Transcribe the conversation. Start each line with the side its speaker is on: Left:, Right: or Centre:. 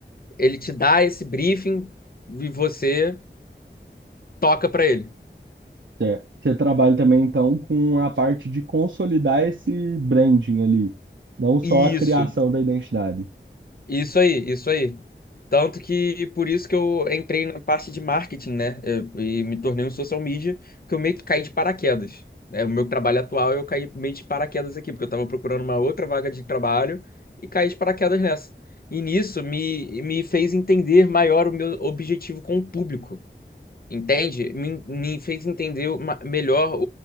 Left: Ele te dá esse briefing e você toca pra ele.
Right: É. Você trabalha também, então, com a parte de consolidar esse branding ali, não só
Left: Isso,
Right: a criação da identidade.
Left: isso aí, isso aí. Tanto que por isso que eu entrei na parte de marketing, né? Eu- E me tornei um social media, que eu meio que caí de paraquedas. É, o meu trabalho atual, eu caí meio de paraquedas aqui, porque eu tava procurando uma outra vaga de trabalho e caí de paraquedas nessa. E nisso me, me fez entender maior o meu objetivo com o público. Entende? Me, me fez entender uma- melhor o,